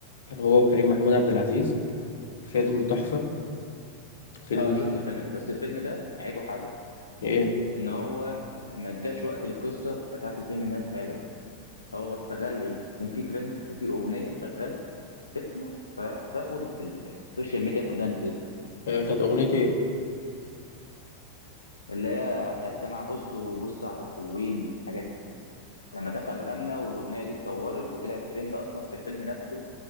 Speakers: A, on the left; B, on the left.
A: كان هو وكريم محمود عبد العزيز فيلم تحفه فيلم
B: اه انا شفت الفيلم ده بس الفيلم ده عيبه حاجه
A: ايه
B: ان هو ما اداش وقت للقصه بتاعت الفيلم انها تتعرض هو استغل ايه كان في ترند وفي اغنيه شغاله تطلع فتاخد ال- السوشيال ميديا كلها نتيجه
A: آه كانت اغنيه ايه
B: اللي هي بتاعت سامع هص وبص على الحلوين والحاجات دي لما دخل غنى والاغنيه دي اتصورت وطلعت ترند اصلا في الفيلم نفسه